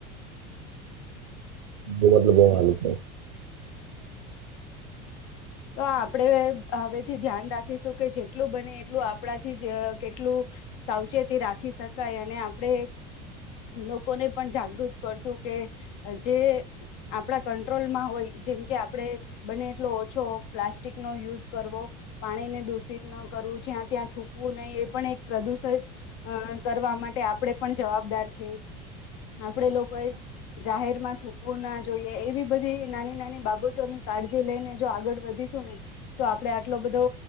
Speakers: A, on the right (about 80°); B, on the left (about 70°).
A: બ, મતલબ બુ <unintelligible>
B: તો આપડણે હવેથી, ધ્યાન રાખીશું કે જેટલું બને એટલું આપણાથી જ કેટલું સાવચેતી રાખી શકાય, અને આપડે લોકોને પણ જાગૃત કરશું, કે જે આપણા કંટ્રોલમાં હોય. જેમ કે આપડે, બને એટલો. ઓછો પ્લાસ્ટિકનો યુઝ કરવો પાણીને દૂષિત ન કરવું, જ્યાં ત્યાં થૂકવું નહીં, એ પણ એક પ્રદુષિત કરવા માટે આપણેે, પણ જવાબદાર છે. આપડે લોકો એ જાહેર મા થૂકવુંના જોઈએ, એવી બધી નાની, નાની બાબતોની કાળજી લઈને જો આગળ વધીશું ને, તો આપડે આટલો બધો